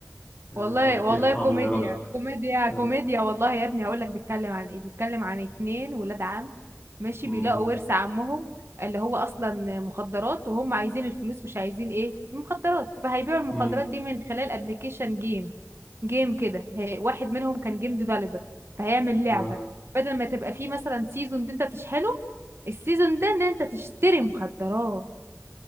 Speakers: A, on the left; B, on the right.
A: يا
B: والله
A: رب
B: والله
A: يرحمني
B: كوميديا
A: يا رب
B: كوميديا كوميديا
A: يا رب
B: والله يا ابني هقول لك بيتكلم عن ايه بيتكلم عن اتنين ولاد عم ماشي
A: مم.
B: بيلاقوا ورث عمهم اللي هو اصلا مخدرات وهم عايزين الفلوس مش عايزين ايه المخدرات فهيبيعوا المخدرات
A: امم
B: دي من خلال ابلكيشن جيم جيم كده هي- واحد منهم كان جيم ديفلوبر فهيعمل لعبة
A: اه
B: بدل ما تبقى فيه مثلا سيزون دي انت تشحنه السيزون ده ان انت تشتري مخدرات